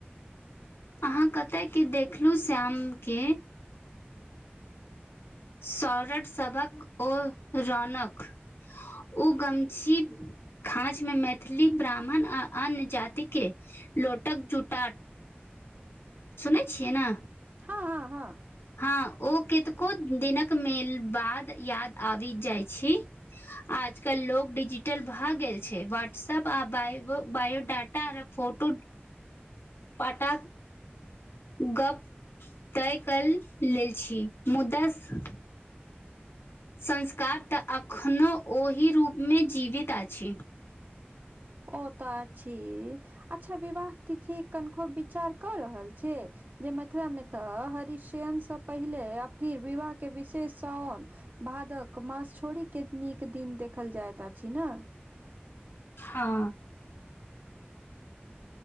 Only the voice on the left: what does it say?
अहाँ कतय के देखलु श्यामके सौरठ सबक ओ रौनकनक उ गमछी खाच मे मैथिली ब्राह्मण आ अन्य जाति के लोटक जुटा सुनै छियै ने
हँ ओ कतको दिनक मेल बाद याद आबि जाइ छी आजकल लोग डिजिटल भए गेल छै व्हाट्सएप आ ब बायोडाटा आ फोटो <inaudible> पाटा गप तय कल लेल छी मुद्दा स संस्कार तऽ एखनो ओहि रूपमे जीवित अछि
हँ